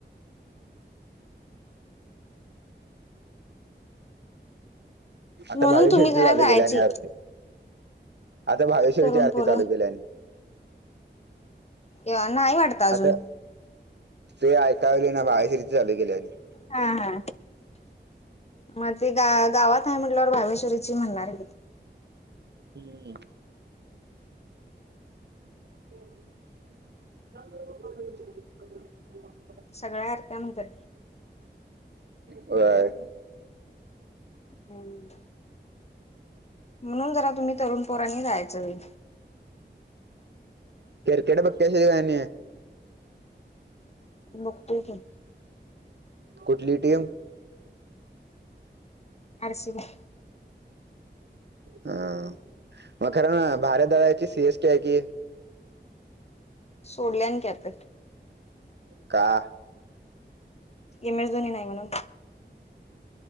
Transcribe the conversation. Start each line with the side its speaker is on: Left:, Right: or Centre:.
Right: आता
Left: म्हणून
Right: भावी
Left: तुम्ही
Right: शिर्ती
Left: जरा
Right: चालू
Left: जायची
Right: गेल्या आणि अरथ. आता भागवेश्वरीची
Left: तरुण
Right: आरती
Left: पोरं
Right: चालू केली आणि.
Left: एव नाही वाटत अजून.
Right: आता ते ऐकावले ना बाहेरसरीथ चालू गेले आणि.
Left: हा हा. मग ते गा गावात आहे म्हटल्यावर भावेश्वरीची म्हणणार.
Right: हम्म. हो.
Left: सगळ्या आरत्या म्हणतात.
Right: होय.
Left: हम्. म्हणून जरा तुम्ही तरुण पोरांनी जायचंय.
Right: क्रिकेट पघ कशी गणी आहे.
Left: मुक्ते क.
Right: कुठली टीम.
Left: आर सी बु
Right: हा म खरं नं भारत दळ्याची सी एस टी आहे की
Left: सोडल्यान की आत
Right: का.
Left: एम एस धोनी नाही म्हणून.